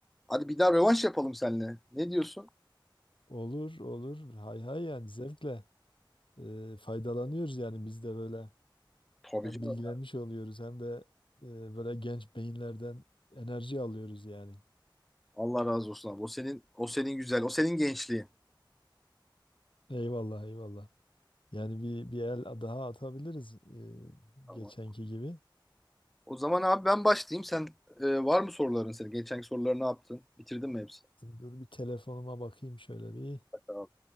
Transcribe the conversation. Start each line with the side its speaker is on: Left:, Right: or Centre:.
Centre: hadi bir daha rövanş yapalım seninle. Ne diyorsun?
Left: Olur olur. Hay hay yani zevkle ee, faydalanıyoruz yani biz de böyle.
Centre: Tabii
Left: Hem
Centre: canım.
Left: bilgilenmiş oluyoruz hem de e, böyle genç beyinlerden enerji alıyoruz yani.
Centre: Allah razı olsun abi. O senin o senin güzel. O senin gençliğin.
Left: Eyvallah eyvallah. Yani bir, bir el daha atabiliriz e,
Centre: Ama
Left: geçenki gibi.
Centre: o zaman abi ben başlayayım. Sen e, var mı soruların senin? Geçenki soruları ne yaptın? Bitirdin mi hepsini?
Left: Dur bir telefonuma bakayım şöyle bir.
Centre: Bak abi.